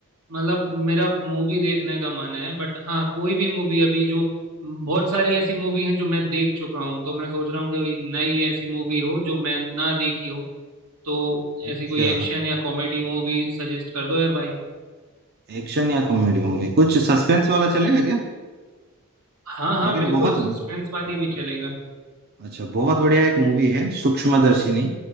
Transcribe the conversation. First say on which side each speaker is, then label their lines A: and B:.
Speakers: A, on the right (about 90°); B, on the right (about 45°).
A: मतलब मेरा मूवी देखने का मन है बट हाँ कोई भी मूवी अभी जो बहुत सारी ऐसी मूवी हैं जो मैं देख चुका हूँ तो मैं सोच रहा हूँ कि कोई नई ऐसी मूवी हो जो मैं ना देखी हो तो
B: अच्छा
A: ऐसी कोई एक्शन या कॉमेडी मूवी सजेस्ट कर दो यार भाई
B: एक्शन या कॉमेडी मूवी कुछ सस्पेंस वाला चलेगा क्या
A: हाँ हाँ
B: लेकिन
A: बिल्कुल
B: बहुत
A: सस्पेंस वाली भी चलेगा
B: अच्छा बहुत बढ़िया एक मूवी है सूक्ष्मदर्शिनी